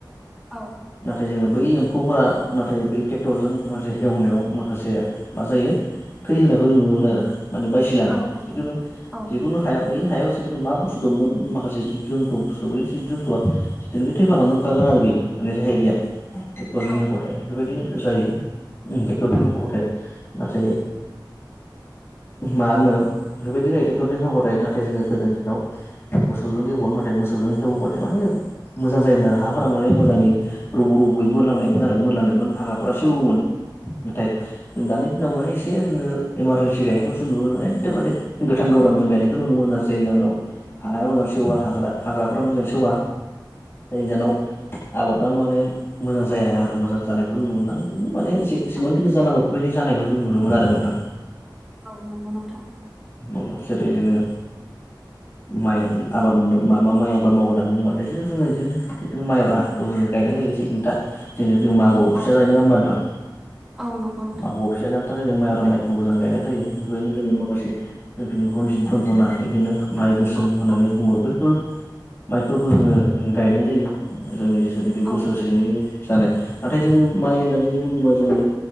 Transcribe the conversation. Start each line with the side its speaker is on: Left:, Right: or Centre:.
Centre: औ
Left: नाथाय जोङो बै एम्फौफोरा नाथाय बै ट्रेक्टरजों माखासे हेवनायाव माखा माखासे मा जायो थै जोबनायखौ जों नुनो मोनो आरो माने बायसिलाङा
Centre: औ नंगौ
Left: जिखुनु
Centre: नोंथां औ
Left: जिखुनु हायाव इ हायाव जिखुनु मा बुस्थु दंमोन माखासे जिब जुन्थखौ जोनथआ जितुनोखि थैफालांजोबखागोन आरो बेयो माने रेहाय गैया टेक्टरजोंनि
Centre: औ
Left: हेवबाथाय बेफोरबायदि जायो ओम ट्रेक्टरजोंनि
Centre: औ
Left: हेवबाथाय नाथाय
Centre: <inaudible>
Left: मा होनो बेफोरबायदि जायो ट्रेक्टरजों हेवबाथाय नाथाय जोङो गोदो दिनाव मोसौजों हेवगोन नाथाय मोसौ जों हेवबाथाय माने मोजां जायोमोन आरो हाफोरा माने मोजाङै रुुबु रुबुयै मोनलांनायमोन आरो मोनलाङोमोन हाग्राफोरा सेवोमोन
Centre: औ
Left: नाथाय जों दानि दिनाव माने एसे जोङो इमारजेन्सि गायनायखौसो नुनो मोनो माने एकदमान माने गोथां‌ गोब्रामजों गायनायखौ नुनो मोनो आरो जायनि जाउनाव हाया मोजां सेवा हाग्रा हाग्राफोरा मोजां सेवा जायनि जाउनाव आबादा माने मोजां जाया आरो मोजां जानायखौ जों नुनो मोना इदीनो खिन्थु माने से
Centre: औ
Left: एसेबांखिनि जानांगौ बेफोरबायदि जानायखौ जों नुनो मोना आरो नोंथां
Centre: औ नंगौ नोंथां
Left: <unintelligible> जोङो माइ होन आबाद होनना मा मा माइ आबाद मावो होननानै बुंबाथायसो जोङो बिदिनो बिदिनो माइब्राखौ जोङो गायनाय जायो एसे नोंथां जेरै जों मागोआव
Centre: औ
Left: फिसा
Centre: औ
Left: जायो नोङा होनबा नोंथां
Centre: औ नंगौ नोंथां
Left: मागोआव फिथा जानो थाखाय जों माइब्रा माइखौ मोजां गायनाय जायो बेनिखायनो जोङो माखासे जोंथिं रनजित रन्जना बिदिनो
Centre: औ
Left: माइ गोसोम
Centre: औ
Left: होननानै
Centre: औ
Left: बुङो बै बेफोर माइफोरखौ जोङो ओ गायनाय जायो जोंनि जेतुनाखि बोसोरसेनि
Centre: औ
Left: जानाय नाथाय जोङो माइ होननानै बुङोबा जोङो